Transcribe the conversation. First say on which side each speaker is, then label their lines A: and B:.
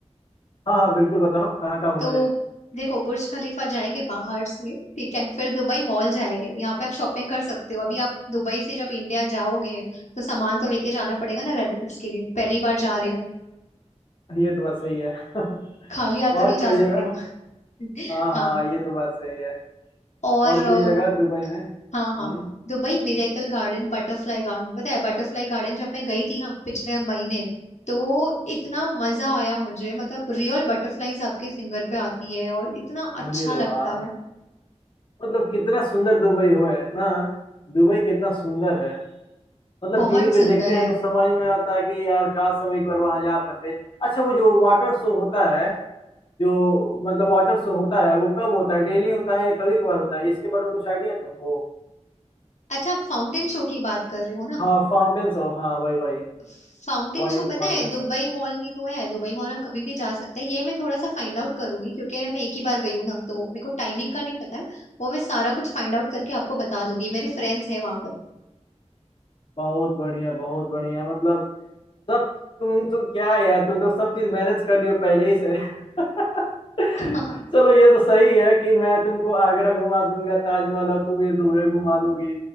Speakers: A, on the left (about 45°); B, on the left (about 80°).
A: हाँ हाँ बिल्कुल बताओ कहाँ कहाँ घूमा
B: तो
A: जाए
B: देखो बुर्ज खलीफा जाएंगे बाहर से ठीक है फिर दुबई मॉल जाएंगे यहाँ पे आप शॉपिंग कर सकते हो अभी आप दुबई से जब इंडिया जाओगे तो सामान तो लेके जाना पड़ेगा ना रिलेटिव्स के लिए पहली बार जा रहे हो
A: <laughs> ये तो बात सही है <laughs>
B: खाली हाथ
A: और
B: तो नहीं जा
A: कोई
B: सकते
A: जगह
B: हो <laughs>
A: हाँ हाँ
B: हाँ
A: ये तो बात सही है
B: और
A: और कोई
B: अ,
A: जगह दुबई में
B: हाँ
A: हम्म
B: हाँ Dubai miracle garden butterfly garden पता है बटरफ्लाई गार्डन जब मैं गई थी ना पिछले महीने तो इतना मजा आया मुझे मतलब रियल बटरफ्लाईज आपके फिंगर पे आती है और इतना
A: अरे
B: अच्छा लगता
A: वाह
B: है
A: मतलब कितना सुंदर दुबई हुआ है ना दुबई कितना सुंदर है मतलब
B: बहुत
A: टीवी
B: सुंदर
A: पे देखते हैं
B: है
A: तो समझ में आता है कि यार काश हम एक बार वहां जा पाते अच्छा वो जो वाटर शो होता है जो मतलब वाटर शो होता है वो कब होता है डेली होता है या कभी कभार होता है इसके बारे में कुछ आइडिया है तुमको
B: अच्छा आप फाउंटेन शो की बात कर रहे हो ना
A: हाँ फाउंटेन शो हाँ भाई भाई
B: फाउंटेन
A: वही
B: शो पता
A: फाउंटेन
B: है दुबई
A: शो
B: मॉल में ही तो है दुबई मॉल हम कभी भी जा सकते हैं ये मैं थोड़ा सा फाइंड आउट करूंगी क्योंकि मैं एक ही बार गई हूँ ना तो मेरे को टाइमिंग का नहीं पता है वो मैं सारा कुछ फाइंड आउट करके आपको बता दूंगी मेरे फ्रेंड्स हैं वहां पर
A: बहुत बढ़िया बहुत बढ़िया मतलब सब तुम तो क्या यार तुम तो सब चीज मैनेज कर लियो पहले ही से <laughs>
B: <laughs>
A: चलो ये तो सही है कि मैं तुमको आगरा घुमा दूंगा ताजमहल और तुम मुझे दुबई घुमा दोगी